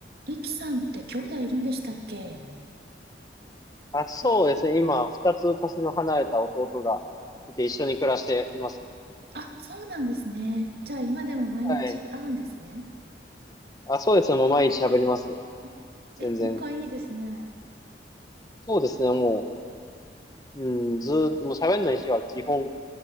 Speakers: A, on the right; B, on the left.
A: リキさんって兄弟いるんでしたっけ
B: あ、そうですね。今、二つ年の離れた弟がいて一緒に暮らしていますね。
A: あ、そうなんですね。じゃあ今でも毎日会うんですね。
B: はい。あ、そうですね。もう毎日喋りますよ。
A: あえ、
B: 全然。
A: 仲いいですね。
B: そうですね。もう、うん、ずー、もう喋んない日は基本